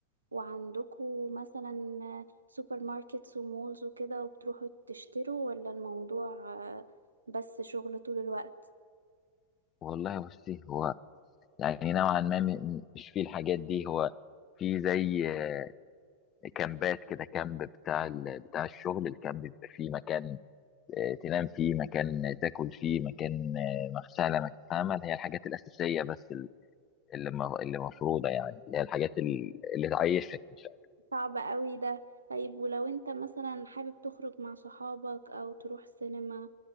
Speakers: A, on the right; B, on the left.
A: وعندكوا مثلا آه، سوبر ماركتس ومولز وكده وبتروحوا تشتروا ولا الموضوع آه، بس شغل طول الوقت
B: والله بصي هو يعني نوعا ما م- م- مش فيه الحاجات دي هو في زي آه، كامبات كده كامب بتاع ال... بتاع الشغل الكامب بيبقى فيه مكان آه، تنام فيه مكان تاكل فيه مكان آه، مغسله مكان فاهمه اللي هي الحاجات الاساسيه بس ال- اللي م- اللي مفروضه يعني اللي هي الحاجات ال- اللي تعيشك مش
A: صعب قوي ده طيب ولو انت مثلا حابب تخرج مع صحابك او تروح سينما